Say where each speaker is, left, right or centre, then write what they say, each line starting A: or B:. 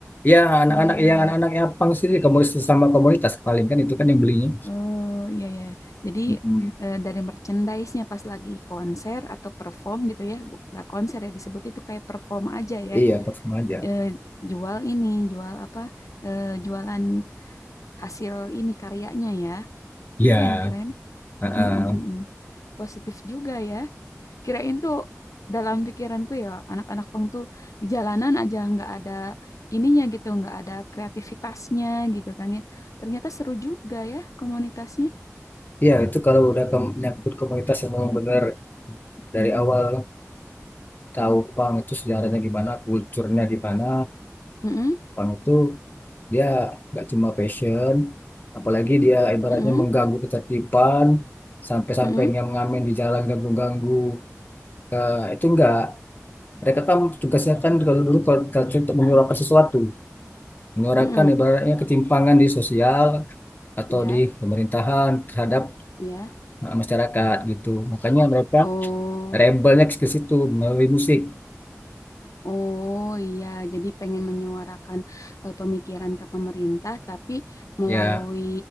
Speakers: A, on the left; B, on the left.
A: ya anak-anak
B: Iya iya.
A: ya anak-anak yang pang sih komunitas sama komunitas paling kan itu kan yang belinya
B: Oh, iya iya. Jadi
A: Mm-mm.
B: eh, dari merchandise-nya pas lagi konser atau perform gitu ya. Bu- Nggak konser ya disebut itu kayak perform aja ya.
A: iya parfum aja
B: Eh, jual ini, jual apa? eh, jualan hasil ini karyanya ya.
A: ya
B: Keren, keren.
A: heeh.
B: Mm, mm, mm. Positif juga ya. Kirain tuh dalam pikiranku ya anak-anak pang tuh di jalanan aja nggak ada ininya gitu, nggak ada kreativitasnya gitu kan ya. Ternyata seru juga ya komunitasnya.
A: Iya, itu kalau udah ke, nyangkut komunitas yang memang benar dari awal tahu pang itu sejarahnya gimana, kulturnya gimana,
B: Mm-mm,
A: Punk itu dia nggak cuma passion, apalagi dia ibaratnya
B: mm-mm,
A: mengganggu ketertiban, sampai-sampai
B: mm-mm,
A: yang ngamen di jalan ganggu-ganggu. Eh, itu enggak. Mereka kan tugasnya kan kalau dulu kalau kalau cerita untuk menyuarakan sesuatu, menyuarakan
B: mm-mm.
A: ibaratnya ketimpangan di sosial atau
B: Iya,
A: di pemerintahan terhadap
B: iya.
A: eh, masyarakat gitu. Makanya mereka
B: Oh.
A: rebelnya ke situ melalui musik.
B: Oh iya, jadi pengen menyuarakan eh, pemikiran ke pemerintah, tapi melalui
A: Ya,